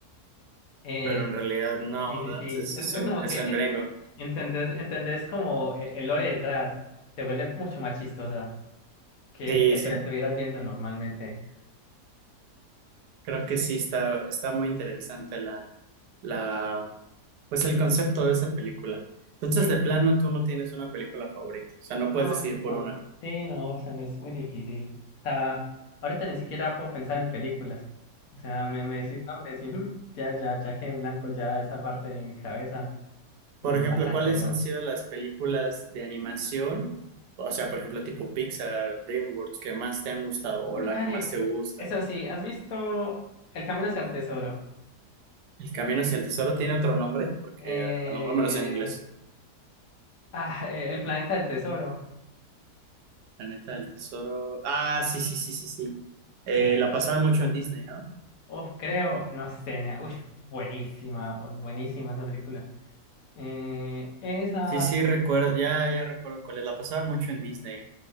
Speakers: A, on the left (about 60°); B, on the right (about 80°).
A: Eh,
B: Pero en realidad no,
A: sí,
B: ¿verdad?
A: sí, sí.
B: Es,
A: Es,
B: es
A: es
B: un,
A: como
B: es
A: que
B: un
A: eh,
B: gringo.
A: entendés, entendés como eh, el lore detrás. Te vuelve mucho más chistosa que,
B: Sí,
A: que
B: sí.
A: si la estuvieras viendo normalmente.
B: Creo que sí está, está muy interesante la, la, pues el concepto de esa película. Entonces,
A: Sí,
B: de plano, tú no tienes una película favorita. O sea, no
A: no,
B: puedes decidir
A: no,
B: por una.
A: sí, no, se me es muy difícil. O sea, ahorita ni siquiera puedo pensar en películas. O sea, me, me decís nombres y mm, ya, ya, ya que en blanco ya esa parte de mi cabeza
B: Por
A: la
B: ejemplo,
A: canceló.
B: ¿cuáles han sido las películas de animación? O sea, por ejemplo, tipo Pixar, DreamWorks, que más te han gustado
A: Uy,
B: o la
A: dale.
B: que más te gusta.
A: Eso sí, ¿has visto El Camino hacia el Tesoro?
B: El Camino hacia el Tesoro tiene otro nombre, porque
A: Eh...
B: a lo mejor me lo sé en inglés.
A: Ah, eh, El Planeta del Tesoro.
B: Planeta del Tesoro. Ah, sí, sí, sí, sí, sí.
A: Sí,
B: Eh,
A: dale.
B: la pasaban mucho en Disney, ¿no?
A: Uf, creo, no sé, nea. Uf, buenísima, buenísima esa película. Eh, esa,
B: Sí, sí, recuerdo, ya, ya recuerdo cuál es. La pasaban mucho en Disney.